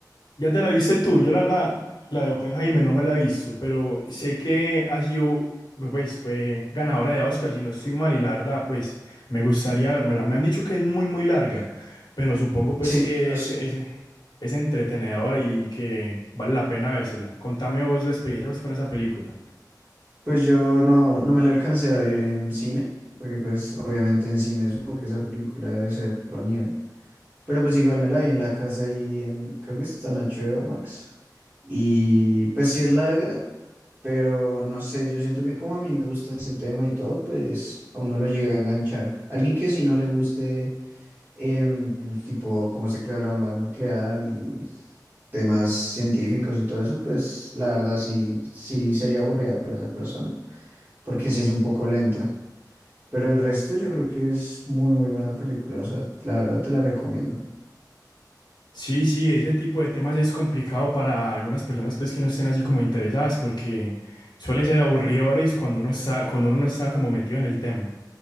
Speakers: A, on the left; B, on the right.
A: ya te la viste tú, yo la verdad, la de Oppenheimer no me la he visto, pero sé que ha sido, pues fue ganadora de Oscar, si no estoy mal, y la verdad, pues me gustaría vérmela. Me han dicho que es muy, muy larga, pero supongo pues
B: Sí,
A: que
B: yo
A: es,
B: sé.
A: es, es entretenedora y que vale la pena vérsela. Contame vos la experiencia pues, con esa película.
B: Pues yo no, no me la alcancé a ver en cine, porque pues obviamente en cine supongo que esa película debe ser otro nivel Pero pues igual me la vi en la casa y en, creo que está en H B o Max. Y pues sí es larga, pero no sé, yo siento que como a mí me gusta ese tema y todo, pues a uno lo llega a enganchar. Alguien que si no le guste, em, tipo cómo se creó la bomba nuclear y temas científicos y todo eso, pues la verdad sí, sí sería aburrida para esa persona, porque sí es un poco lenta. Pero el resto yo creo que es muy, muy buena película, o sea, la verdad te la recomiendo.
A: Sí, sí, ese tipo de temas es complicado para algunas personas pues que no estén así como interesadas porque suelen ser aburridores cuando uno está, cuando uno no está como metido en el tema.